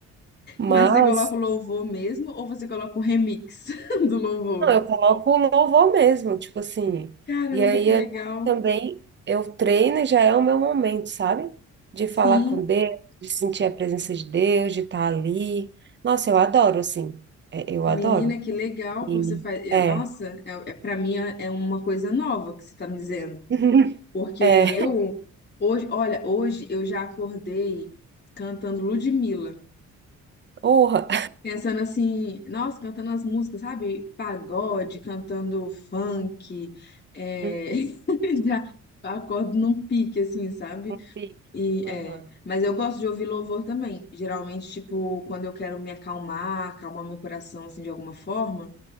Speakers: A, on the right; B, on the left.
A: mas
B: Mas você coloca o louvor mesmo ou você coloca o remix <laughs> do louvor?
A: Não, eu coloco o louvor mesmo, tipo assim.
B: Caramba,
A: E aí
B: que
A: eu
B: legal.
A: também eu treino e já é o meu momento, sabe? De
B: Sim.
A: falar com Deus, de sentir a presença de Deus, de estar ali. Nossa, eu adoro, assim. É, eu
B: Menina,
A: adoro.
B: que legal
A: E
B: que você faz. Eh,
A: é,
B: Nossa, é, é, para mim é é uma coisa nova que você tá me dizendo.
A: <laughs>
B: Porque
A: é,
B: eu, hoje, olha, hoje eu já acordei cantando Ludmilla,
A: urra.
B: pensando assim, nossa, cantando as músicas, sabe? Pagode, cantando funk, é,
A: Uhum,
B: <laughs> já acordo num pique, assim, sabe?
A: Um pique.
B: E,
A: Aham.
B: é, mas eu gosto de ouvir louvor também. Geralmente, tipo, quando eu quero me acalmar, acalmar meu coração, assim, de alguma forma,